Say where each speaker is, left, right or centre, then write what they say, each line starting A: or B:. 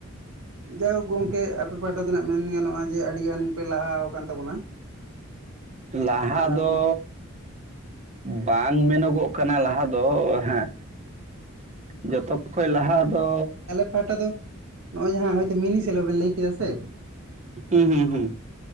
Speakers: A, on the right; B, on the right.
A: ᱡᱟᱭᱦᱳᱠ ᱜᱚᱝᱠᱮ ᱟᱯᱮ ᱯᱟᱦᱴᱟᱱᱟᱜ ᱢᱮᱱ ᱜᱟᱱᱚᱜᱼᱟ ᱡᱮ ᱟᱹᱰᱤ ᱜᱟᱱ ᱯᱮ ᱞᱟᱦᱟᱣ ᱠᱟᱱ ᱛᱟᱵᱚᱱᱟ᱾ <inaudible>
B: ᱞᱟᱦᱟ
A: ᱟᱫᱚ
B: ᱫᱚ ᱵᱟᱝ ᱢᱮᱱᱚᱜᱚᱜ ᱠᱟᱱᱟ ᱞᱟᱦᱟ ᱫᱚ, ᱦᱮᱸ ᱡᱚᱛᱚ ᱠᱷᱚᱡ ᱞᱟᱦᱟ ᱫᱚ
A: ᱚᱠᱟᱴᱟ ᱫᱚ ᱱᱚᱜ-ᱚᱭ ᱡᱟᱦᱟᱸ ᱦᱚᱭᱛᱚ ᱢᱤᱱᱤ ᱥᱮᱞᱚ ᱵᱮᱱ ᱞᱟᱹᱭ ᱠᱮᱫᱟ ᱥᱮ
B: ᱦᱩᱸ ᱦᱩᱸ ᱦᱩᱸ᱾